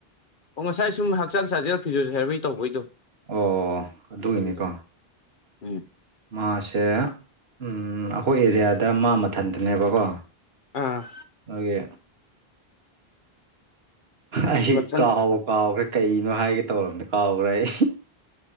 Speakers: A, on the left (about 55°); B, on the right (about 75°).
A: ꯑꯣ ꯉꯁꯥꯏ ꯁꯨꯝ ꯍꯛꯆꯥꯡ ꯁꯥꯖꯦꯜ ꯐꯤꯖꯣꯊꯦꯔꯥꯄꯤ ꯇꯧꯕꯩꯗꯣ
B: ꯑꯣ ꯑꯗꯨꯒꯤꯅꯤꯀꯣ
A: ꯑꯗꯨꯅꯤꯗ ꯎꯝ
B: ꯃꯥꯁꯦ ꯎꯝ ꯑꯩꯈꯣꯏ ꯑꯦꯔꯤꯌꯥꯗ ꯃꯥ ꯃꯊꯟꯇꯅꯦꯕꯀꯣ
A: ꯑꯥ
B: ꯍꯣꯏꯌꯦ
A: ꯑꯁ
B: ꯑꯩ
A: ꯃꯊꯟ
B: ꯀꯥꯥꯎ ꯀꯥꯎꯒ꯭ꯔꯦ ꯀꯩꯅꯣ ꯍꯥꯏꯒꯦ ꯇꯧꯔꯝꯗꯣ ꯀꯥꯎꯒ꯭ꯔꯦ ꯑꯩ